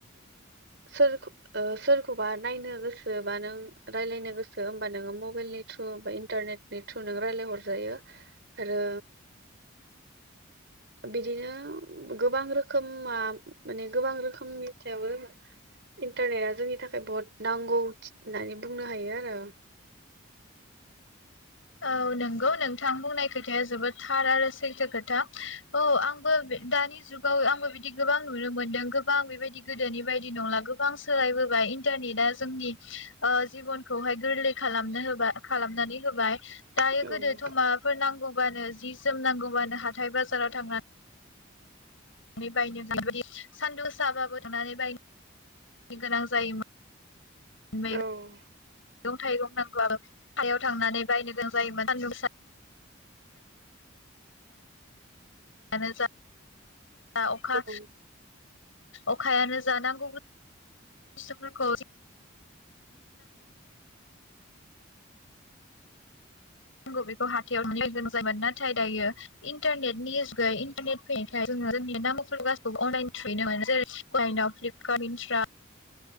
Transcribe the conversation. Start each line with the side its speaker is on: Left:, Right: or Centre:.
Right: सोर सोरखौबा नायनो गोसो बा नों रायलायनो गोसो हबा नोङो मबाइलनि थ्रु बा इन्टारनेटनि थ्रु नों राय्लायहरजायो आरो बिदिनो गोबां रोखोमा माने गोबां रोखोमनि सायावो इन्टारनेटआ जोंनि थाखाय बहुत नांगौ होननानै बुंनो हायो आरो
Left: औ नोंगौ नोंथां बुंनायखौ जोबोद थार आरो सैथो खोथा औ आंबो दानि जुाव आंबो बि बि गोबां नुनो मोनदों गोबां बेबायदि गोदोनि बायदि नंला गोबां सोलायबोबाय इन्टारनेटआ जोंनि जिबनखौहाय गोरलै खालामनो होबाय खालामनानै होबाय दायो
Right: औ
Left: गोदोथ' माबाफोर नांगौ बानो जि जोम नांगौबानो हाथाय बाजाराव थांना नानै बायनो <unintelligible> सानदुंसाबाबो थांनानै बायनो गोनां जायोमोन मै
Right: औ
Left: मैगं थाइगं नांगौ सायाव थांनानै बायनो गोनां जायोमोन सान्दुंसा आना जा बा अखा
Right: औ
Left: अखायानो जानांगौ बुस्थफोरखौ आंग बेखौ हाथायाव नुनो गोनां जायोन नाथाय दायो इन्टारनेटनि जुगै इन्टारनेट फैयनायखाय जोङो जोंनि नामौ गासिखौबो अनलाइन थ्रुैनो मोनो जेरै काइनाव फ्लिपकार्ट इन्स्ट्रा